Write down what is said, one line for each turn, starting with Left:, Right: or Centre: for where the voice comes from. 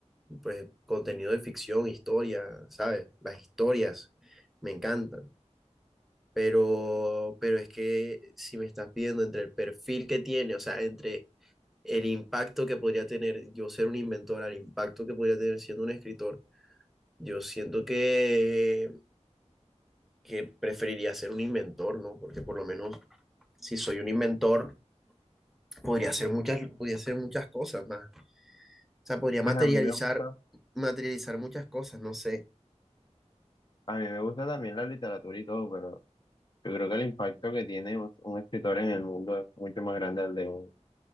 Centre: y, pues contenido de ficción, historia, ¿sabes? Las historias me encantan, pero, pero es que si me estás pidiendo entre el perfil que tiene, o sea, entre el impacto que podría tener yo ser un inventor, al impacto que podría tener siendo un escritor, yo siento que, que preferiría ser un inventor, ¿no? Porque por lo menos si soy un inventor, podría hacer muchas, podría hacer muchas cosas más. O sea, podría
Left: Pues
Centre: materializar,
Left: a mí me gusta,
Centre: materializar muchas cosas, no sé.
Left: a mí me gusta también la literatura y todo, pero yo creo que el impacto que tiene un, un escritor en el mundo es mucho más grande al de un,